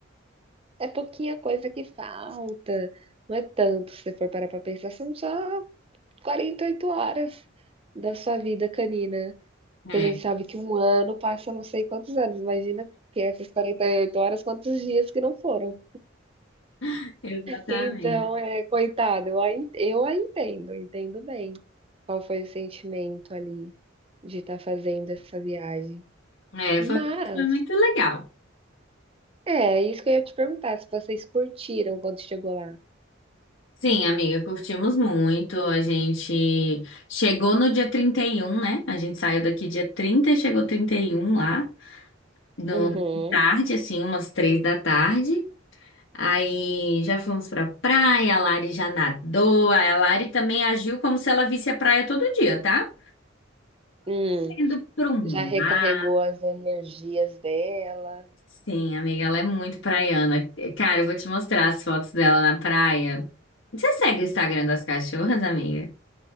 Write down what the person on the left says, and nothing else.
É,
<laughs> exatamente.
É,
foi, foi muito legal.
Sim, amiga, curtimos muito. A gente chegou no dia 31, né? A gente saiu daqui dia 30 e chegou 31 lá, no
de tarde, assim, umas três da tarde. Aí já fomos pra praia, a Lari já nadou. Aí A Lari também agiu como se ela visse a praia todo dia, tá?
Indo pro mar.
Sim, amiga, ela é muito praiana. Cara, eu vou te mostrar as fotos dela na praia. Você segue o Instagram das cachorras, amiga?